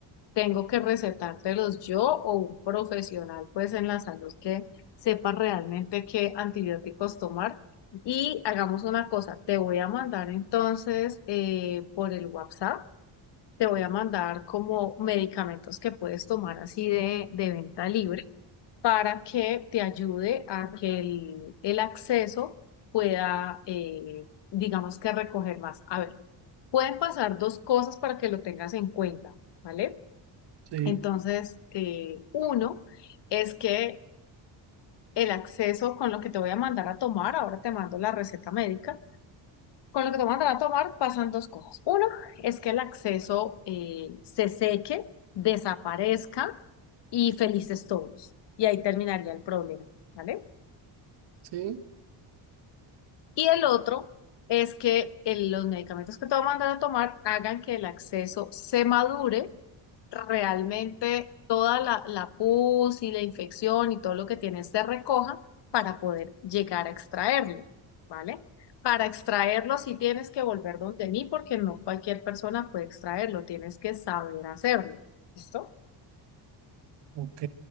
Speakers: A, on the left; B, on the right.
A: tengo que recetártelos yo o un profesional, pues en la salud que sepa realmente qué antibióticos tomar. Y hagamos una cosa, te voy a mandar entonces eh, por el WhatsApp, te voy a mandar como medicamentos que puedes tomar así de, de venta libre para que te ayude a que el, el acceso pueda, eh, digamos que recoger más. A ver, pueden pasar dos cosas para que lo tengas en cuenta, ¿vale?
B: Sí,
A: Entonces, eh, uno es que el acceso con lo que te voy a mandar a tomar, ahora te mando la receta médica, con lo que te voy a mandar a tomar pasan dos cosas. Uno es que el acceso eh, se seque, desaparezca y felices todos. Y ahí terminaría el problema, ¿vale?
B: Sí,
A: Y el otro es que el- los medicamentos que te va a mandar a tomar hagan que el acceso se madure realmente toda la, la pus y la infección y todo lo que tiene se recoja para poder llegar a extraerlo, ¿vale? Para extraerlo sí tienes que volver donde mí porque no cualquier persona puede extraerlo, tienes que saber hacerlo, ¿listo?
B: ok.